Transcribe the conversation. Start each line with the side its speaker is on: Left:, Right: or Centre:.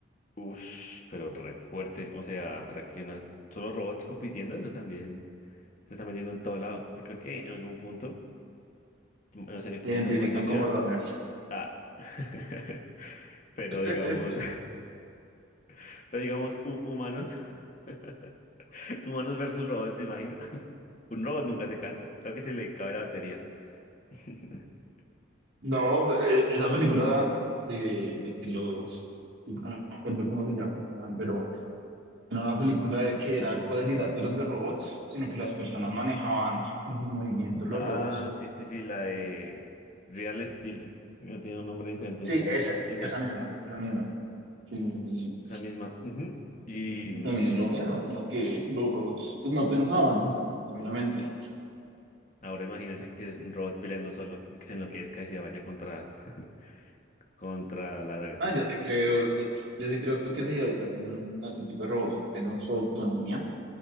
Left: Ush, pero re fuerte. O sea, para que unas solo robots compitiendo, eso también se está metiendo en todo lado. Yo creo que en algún punto, no sé qué
Right: Se identifican
Left: tan fuerte sea,
Right: como runners.
Left: Ah, <laughs> pero
Right: <laughs>
Left: digamos, <laughs> pero digamos, hu- humanos, <laughs> humanos versus robots, ¿se imagina? <laughs> Un robot nunca se cansa, creo que se le cabe la batería. <laughs>
Right: No, eh, esa película de, de que los... No recuerdo cómo se llama, este man, pero no era una película de que era cuadriláteros de robots, sino que las personas manejaban con sus movimientos los
Left: Ah,
Right: robots.
Left: sí, sí, sí, la de Real Steel, se- no tiene un nombre diferente
Right: Sí,
Left: en español.
Right: esa,
Left: Esa,
Right: esa
Left: ujú,
Right: misma, esa misma. Sí, sí, sí,
Left: esa misma. ujú. Y
Right: sí.
Left: mm,
Right: También es lo mismo, sino que los robots pues, no pensaban, obviamente.
Left: ahora imagínese que es un robot peleando solo y que se enloquezca y se vaya contra, <laughs> contra la daga.
Right: Ah, yo sí creo, yo sí creo que si sacan este tipo de robots que tengan su autonomía,